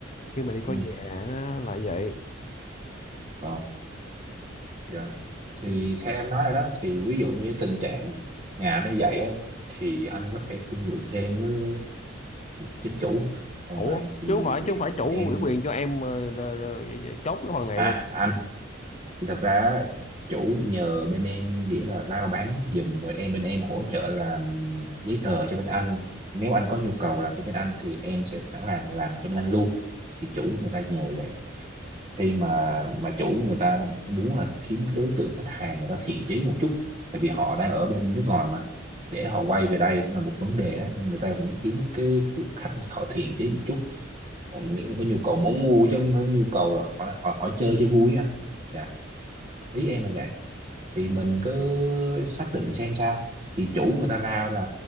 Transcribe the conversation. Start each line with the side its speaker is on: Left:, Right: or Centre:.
Left: khi mà đi coi
Right: ừ
Left: nhà á, là vậy
Right: vâng dạ thì theo em nói rồi đó thì ví dụ như tình trạng nhà nó vậy á thì anh có thể thương lượng thêm với chính chủ rồi
Left: ủa
Right: thì
Left: chứ không phải chứ không phải chủ
Right: em
Left: ủy quyền cho em ờ, là- là- chốt cái phần này
Right: à
Left: luôn
Right: anh Thì thật ra chủ nhờ bên em nghĩa là rao bán giùm rồi em bên em hỗ trợ làm giấy tờ cho bên anh nếu anh có nhu cầu làm cho bên anh thì em sẽ sẵn làm làm cho bên anh luôn thì chủ người ta nhờ vậy khi mà mà chủ người ta muốn là kiếm cái đối tượng khách hàng người ta thiện chí một chút tại vì họ đang ở bên nước ngoài mà để họ quay về đây cũng là một vấn đề á, nên người ta cũng kiếm cái khách họ thiện chí một chút họ nghĩ là có nhu cầu muốn mua chứ không có nhu cầu là họ họ, họ chơi cho vui á anh dạ ý em là vậy thì mình cứ xác định xem sao thì chủ người ta ra là